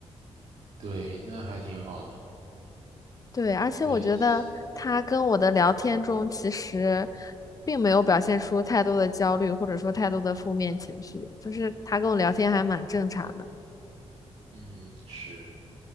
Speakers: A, on the right; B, on the left.
A: 对，那还挺好的。
B: 对，而且我觉得他跟我的聊天中其实
A: 对，西
B: 并没有表现出太多的焦虑，或者说太多的负面情绪，就是他跟我聊天还蛮正常的。
A: 嗯，是，